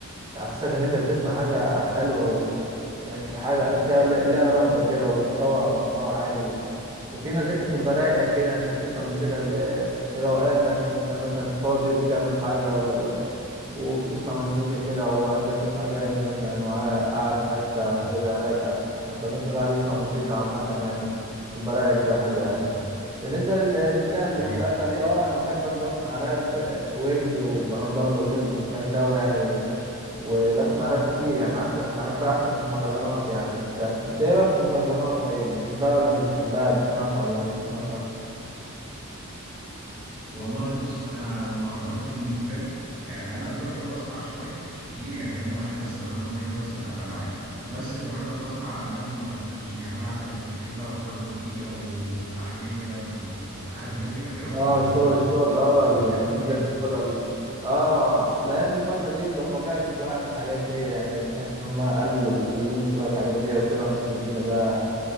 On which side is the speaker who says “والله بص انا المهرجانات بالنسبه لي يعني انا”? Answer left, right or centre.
Centre